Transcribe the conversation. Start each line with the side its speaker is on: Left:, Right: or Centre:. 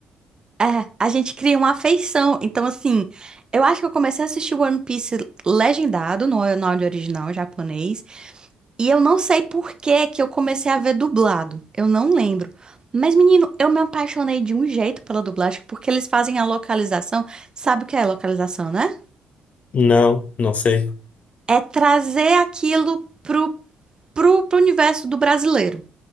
Right: É, a gente cria uma afeição. Então, assim, eu acho que eu comecei a assistir One Piece legendado, no, no áudio original japonês. E eu não sei por que que eu comecei a ver dublado. Eu não lembro. Mas, menino, eu me apaixonei de um jeito pela dublagem, porque eles fazem a localização. Sabe o que é localização, né?
Left: Não, não sei.
Right: É trazer aquilo pro, pro, pro universo do brasileiro.